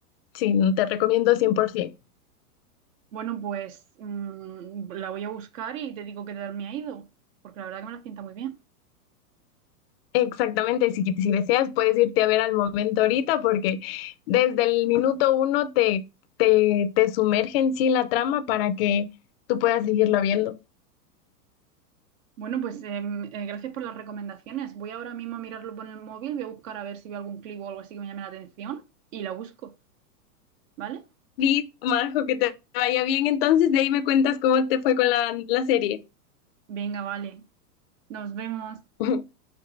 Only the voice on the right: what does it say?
Bueno, pues mm, la voy a buscar y te digo qué tal me ha ido, porque la verdad que me las pinta muy bien.
Bueno, pues em, eh, gracias por las recomendaciones. Voy ahora mismo a mirarlo por el móvil, voy a buscar a ver si veo algún clip o algo así que me llame la atención y la busco, ¿vale?
Venga, vale. Nos vemos.